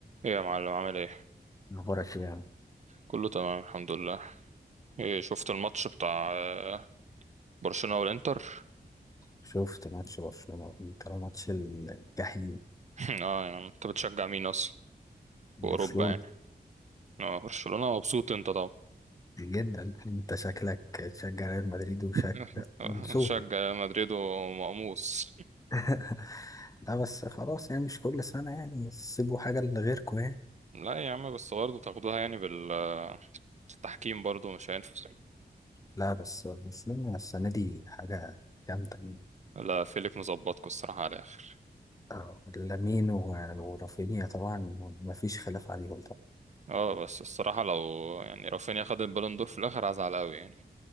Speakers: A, on the right; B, on the left.
A: ايه يا معلم عامل ايه
B: أخبارك إيه يعني؟
A: كله تمام الحمد لله ايه شفت الماتش بتاع آه، برشلونة والانتر
B: شفت ماتش برشلونة أنت لو ماتش الجحيم
A: <laughs> اه يعني انت بتشجع مين اصلا
B: برشلونة
A: في اوروبا يعني اه برشلونة مبسوط انت طبعا
B: جدا أنت شكلك تشجع ريال مدريد وشكل
A: <laughs> آه،
B: من صوتك
A: شجع مدريد ومقموص
B: <laughs> لا بس خلاص يعني مش كل سنة يعني سيبوا حاجة لغيركم يعني
A: لا يا عم بس برضه تاخدوها يعني بال آه، التحكيم برضه مش هينفع
B: لا بس برشلونة السنة دي حاجة جامدة يعني
A: لا فيليك مظبطكوا الصراحة على الآخر
B: آه، لامين و- ورافينيا طبعا مفيش خلاف عليهم طبعا
A: اه بس الصراحة لو يعني رافينيا خد البالون دور في الآخر هزعل قوي يعني